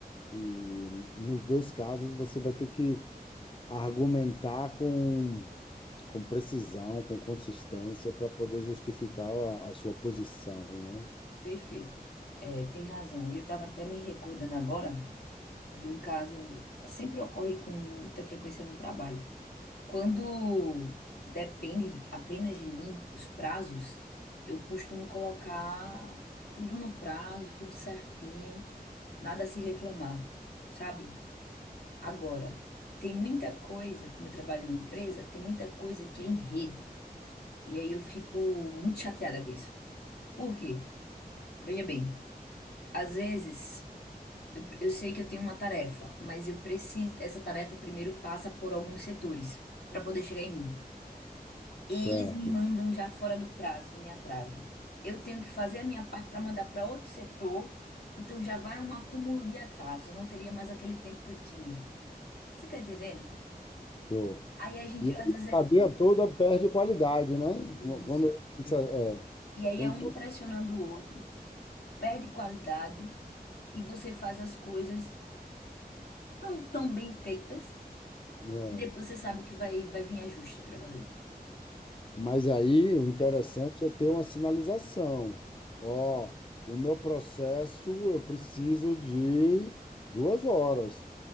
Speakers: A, on the left; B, on the left.
A: E nos dois casos você vai ter que argumentar com, com precisão, com consistência, para poder justificar a, a sua posição, né?
B: perfeito. É, tem razão. E eu tava até me recordando agora. de um caso sempre ocorre com muita frequência no trabalho. Quando depende apenas de mim, os prazos, eu costumo colocar tudo no prazo, tudo certinho, nada a se reclamar, sabe? Agora, tem muita coisa, como eu trabalho numa empresa, tem muita coisa que é em rede. E aí eu fico muito chateada com isso. Por quê? Veja bem, às vezes. Eu, eu sei que eu tenho uma tarefa, mas eu preciso. Essa tarefa primeiro passa por alguns setores para poder chegar em mim. Eles
A: Certo.
B: me mandam já fora do prazo, me atrasam. Eu tenho que fazer a minha parte para mandar para outro setor, então já vai um acúmulo de atraso. Eu não teria mais aquele tempo que eu tinha. Você tá entendendo?
A: Tô.
B: Aí a gente
A: E a
B: às vezes é
A: cadeia
B: for-
A: toda perde qualidade, né?
B: isso.
A: Quando, é,
B: E aí
A: quando
B: é um
A: todo-
B: pressionando o outro, perde qualidade e você faz as coisas não tão bem feitas
A: é,
B: e depois você sabe que vai vai vir ajuste para fazer.
A: Mas aí o interessante
B: Mas-
A: é ter uma sinalização. Ó, o meu processo eu preciso de duas horas.